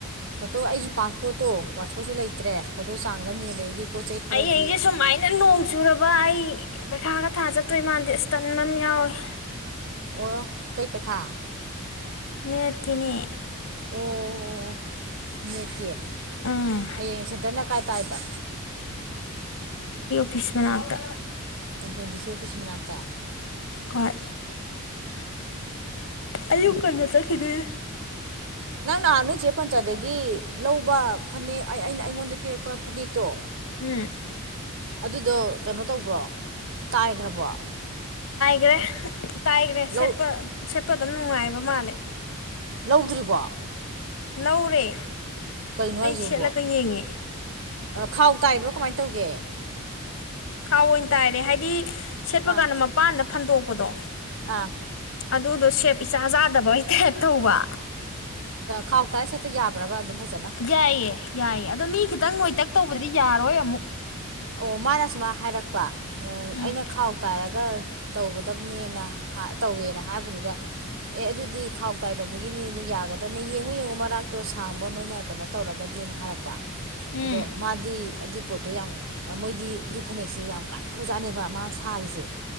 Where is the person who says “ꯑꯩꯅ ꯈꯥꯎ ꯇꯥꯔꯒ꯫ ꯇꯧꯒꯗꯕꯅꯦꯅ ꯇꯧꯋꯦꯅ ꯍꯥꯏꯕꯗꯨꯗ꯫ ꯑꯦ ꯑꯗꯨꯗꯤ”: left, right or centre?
Right